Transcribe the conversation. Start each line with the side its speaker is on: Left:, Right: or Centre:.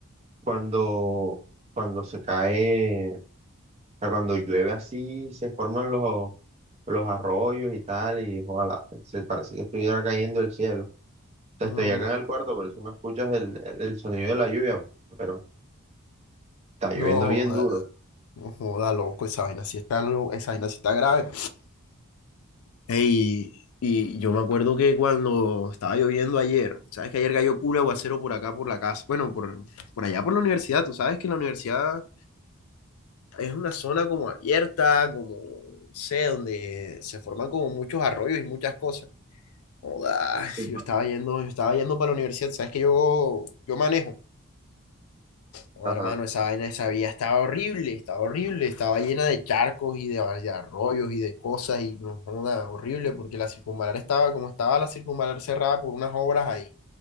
Right: cuando, cuando se cae, o sea, cuando llueve así, se forman los, los arroyos y tal, y ojalá, se parece que estuviera cayendo el cielo. Te
Left: No,
Right: estoy acá en el cuarto, por eso no escuchas el, el, el sonido de la lluvia, pero está lloviendo
Left: no,
Right: bien
Left: joda,
Right: duro.
Left: no joda, loco, esa vaina sí está, lo- esa vaina sí está grave. Ey, y yo me acuerdo que cuando estaba lloviendo ayer, sabes que ayer cayó culo aguacero por acá, por la casa, bueno, por, por allá, por la universidad, tú sabes que la universidad es una zona como abierta, como, no sé, donde se forman como muchos arroyos y muchas cosas. Joda,
Right: Sí,
Left: <laughs> yo estaba yendo, yo estaba yendo para la universidad, sabes que yo, yo manejo. Oh,
Right: Ajá.
Left: hermano, esa vaina, esa vía estaba horrible, estaba horrible, estaba llena de charcos y de, de arroyos y de cosas y no joda, horrible porque la circunvalar estaba como estaba la circunvalar cerrada por unas obras ahí.